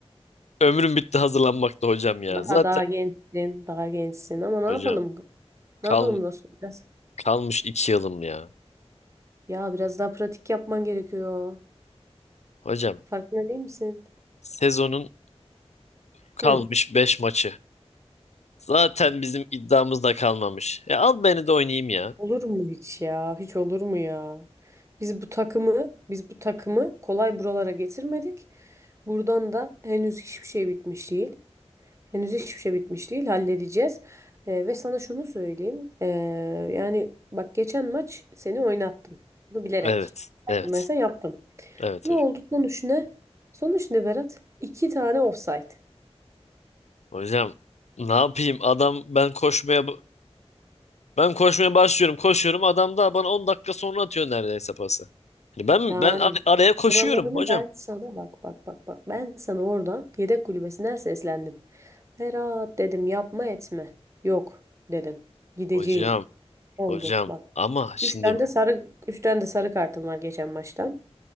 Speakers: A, on the left (about 85°); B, on the right (about 25°).
A: Ömrüm bitti hazırlanmakta hocam ya.
B: Daha
A: Zaten
B: daha gençsin, daha gençsin ama ne
A: hocam
B: yapalım?
A: kal,
B: Ne yapalım dostum? Biraz,
A: kalmış iki yılım ya.
B: ya biraz daha pratik yapman gerekiyor.
A: Hocam
B: Farkında değil misin?
A: sezonun kalmış
B: Hı.
A: beş maçı. Zaten bizim iddiamız da kalmamış. Ya al beni de oynayayım ya.
B: Olur mu hiç ya? Hiç olur mu ya? Biz bu takımı, biz bu takımı kolay buralara getirmedik. Buradan da henüz hiçbir şey bitmiş değil. Henüz hiçbir şey bitmiş değil, halledeceğiz. Ee, ve sana şunu söyleyeyim. Ee, yani bak geçen maç seni oynattım. Bunu bilerek.
A: Evet,
B: Farkındaysan
A: evet,
B: yaptım.
A: evet
B: Ne
A: hocam.
B: oldu sonuç ne? Sonuç ne Berat? İki tane offside.
A: Hocam ne yapayım adam ben koşmaya ben koşmaya başlıyorum koşuyorum adam da bana 10 dakika sonra atıyor neredeyse pası. Yani ben
B: Yani
A: ben ar- araya koşuyorum
B: buralarını
A: hocam.
B: ben sana bak bak bak bak. Ben sana oradan yedek kulübesinden seslendim. Berat dedim yapma etme. Yok dedin. Gideceğim.
A: Hocam
B: Oldu
A: hocam
B: bak.
A: ama şimdi
B: Üçten de sarı, üçten de sarı kartım var geçen maçtan.